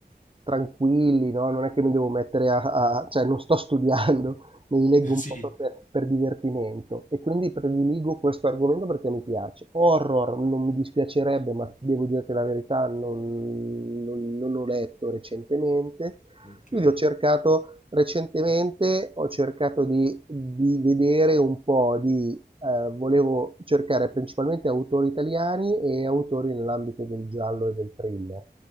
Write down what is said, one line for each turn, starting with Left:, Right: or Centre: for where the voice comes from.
Right: tranquilli, no? Non è che mi devo mettere a, a- cioè non sto <laughs> studiando, me li leggo
Left: <laughs>
Right: un
Left: sì,
Right: po' per, per divertimento e quindi prediligo questo argomento perché mi piace. Horror non mi dispiacerebbe, ma devo dirti la verità, non, non- non ho letto recentemente.
Left: ok.
Right: Quindi ho cercato recentemente, ho cercato di, di vedere un po' di... eh, volevo cercare principalmente autori italiani e autori nell'ambito del giallo e del thriller.